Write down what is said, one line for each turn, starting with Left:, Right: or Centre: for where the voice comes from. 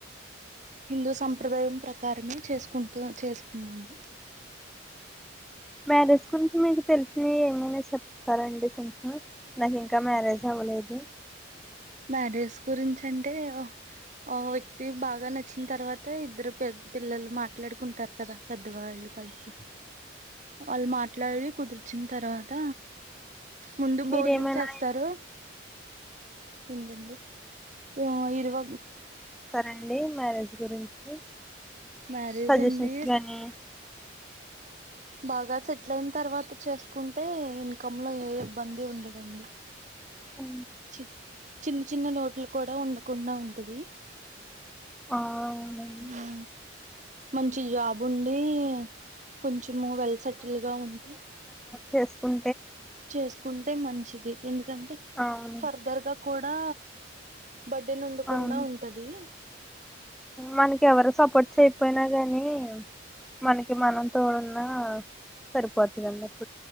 Right: హిందూ సం ప్రదాయం ప్రకారమే చేసుకుంటూ చేసుకున్నాము
Centre: మ్యారేజ్ గురించి మీకు తెలిసినవి ఏమైనా చెప్తారండి కొంచెం నాకు ఇంకా మ్యారేజ్ అవ్వలేదు
Right: మ్యారేజ్ గురించి అంటే ఓ ఓ వ్యక్తి బాగా నచ్చిన తర్వాత ఇద్దరు పి పిల్లలు మాట్లాడుకుంటారు కదా పెద్దవాళ్ళు కలిసి అల్ మా ఇట్లా అవి కుదిర్చిన తర్వాత ముందు
Centre: మీరేమైనా
Right: భోజనం చేస్తారు ఏంటండి ఆ ఇరువ
Centre: అండి మ్యారేజ్ గురించి
Right: మ్యారేజ్
Centre: సజెషన్స్
Right: అండి
Centre: గానీ
Right: బాగా సెటిల్ అయిన తర్వాత చేసుకుంటే ఇన్కమ్ంలో ఏ ఇబ్బంది ఉండదు అండి
Centre: ఉ
Right: చి చిన్న చిన్న నోట్లు కూడా ఉండకుండా ఉంటది
Centre: ఆ, అవునండి
Right: అ మంచి జాబ్ ఉండి కొంచెం ఏమో వెల్ సెటిల్డ్‌గా ఉంటే
Centre: చేసుకం
Right: చేసుకుంటే మంచిది ఎందుకంటే
Centre: అవును
Right: ఫర్దర్‌గా కూడా బడ్డీన్ ఉండకుండా
Centre: అవును
Right: ఉంటది
Centre: మనకి ఎవరు సపోర్ట్ చెయపోయినా గానీ మనకి మనం తోడు ఆ సరిపోతాదండి,